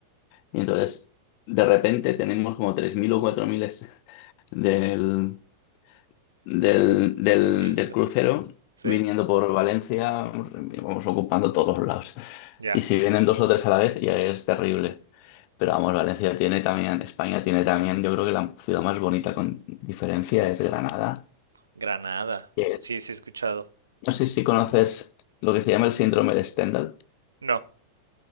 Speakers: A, on the left (about 45°); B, on the right (about 75°).
A: y entonces de repente tenemos como 3.000 o 4.000 es- del, del, del,
B: turistas,
A: del crucero
B: sí,
A: viniendo por Valencia, vamos ocupando todos los lados.
B: ya,
A: Y si vienen dos o tres a la vez, ya es terrible. Pero vamos, Valencia tiene también, España tiene también, yo creo que la ciudad más bonita con diferencia es Granada.
B: Granada,
A: que Es,
B: sí, sí he escuchado,
A: no sé si conoces lo que se llama el síndrome de Stendhal.
B: no,